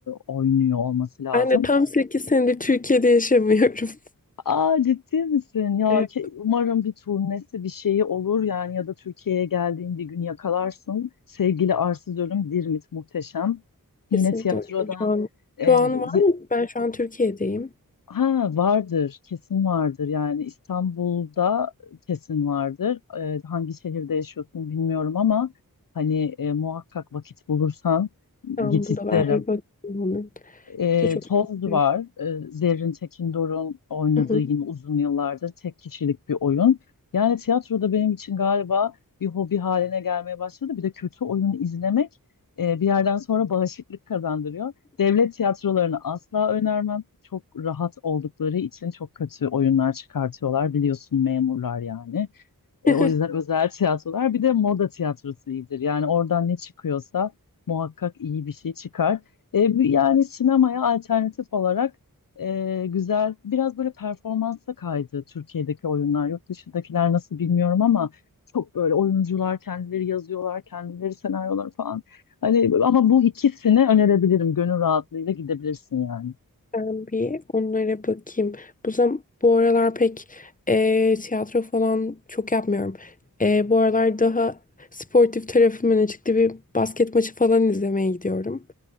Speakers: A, on the left (about 70°); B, on the left (about 25°).
A: oynuyor olması lazım.
B: Ben de tam 8 senedir Türkiye'de yaşamıyorum. <laughs>
A: Aa ciddi misin? Ya
B: Evet,
A: ke- umarım bir turnesi bir şeyi olur yani ya da Türkiye'ye geldiğin bir gün yakalarsın. Sevgili Arsız Ölüm Dirmit muhteşem. Yine
B: kesinlikle
A: tiyatrodan
B: hocam. Şu an
A: e,
B: şu an
A: ze-
B: var mı? Ben şu an Türkiye'deyim.
A: ha vardır kesin vardır yani İstanbul'da kesin vardır. E, hangi şehirde yaşıyorsun bilmiyorum ama hani e, muhakkak vakit bulursan
B: İstanbul'da
A: git isterim.
B: ben bir bakayım onun.
A: E,
B: Bir de çok
A: Toz var.
B: şey.
A: E, Zerrin Tekindor'un oynadığı
B: yapıyorum.
A: yine uzun yıllardır tek kişilik bir oyun. Yani tiyatro da benim için galiba bir hobi haline gelmeye başladı. Bir de kötü oyun izlemek e, bir yerden sonra bağışıklık kazandırıyor. Devlet tiyatrolarını asla önermem. Çok rahat oldukları için çok kötü oyunlar çıkartıyorlar. Biliyorsun memurlar yani. E,
B: <laughs>
A: o yüzden özel tiyatrolar bir de moda tiyatrosu iyidir. Yani oradan ne çıkıyorsa muhakkak iyi bir şey çıkar. E, bu- yani sinemaya alternatif olarak e, güzel biraz böyle performansa kaydı Türkiye'deki oyunlar. Yurt dışındakiler nasıl bilmiyorum ama çok böyle oyuncular kendileri yazıyorlar, kendileri senaryoları falan. Hani ama bu ikisini önerebilirim. Gönül rahatlığıyla gidebilirsin yani.
B: Ben bir onlara bakayım. Bu zam bu aralar pek eee, tiyatro falan çok yapmıyorum. Eee, bu aralar daha sportif tarafım öne çıktı. Bir basket maçı falan izlemeye gidiyorum.